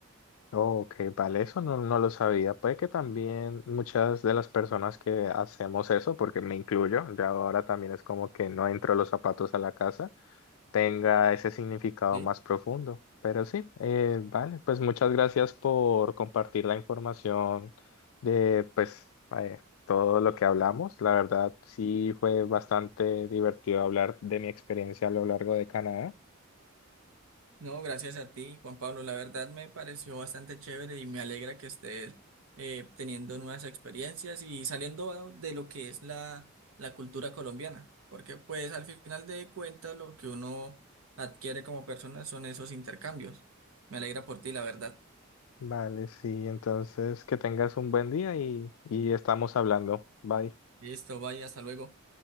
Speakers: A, on the left; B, on the right.
A: Ok, vale, eso no, no lo sabía. Puede que también muchas de las personas que hacemos eso, porque me incluyo, ya ahora también es como que no entro los zapatos a la casa tenga ese significado
B: ¿sí?
A: más profundo. Pero sí, eh, vale, pues muchas gracias por compartir la información de pues eh, todo lo que hablamos. La verdad, sí fue bastante divertido hablar de mi experiencia a lo largo de Canadá.
B: No, gracias a ti, Juan Pablo. La verdad me pareció bastante chévere y me alegra que estés eh, teniendo nuevas experiencias y saliendo a- de lo que es la, la cultura colombiana, porque pues al final de cuentas lo que uno adquiere como persona son esos intercambios. Me alegra por ti, la verdad.
A: Vale, sí, entonces que tengas un buen día y, y estamos hablando. Bye.
B: Listo, vaya, hasta luego.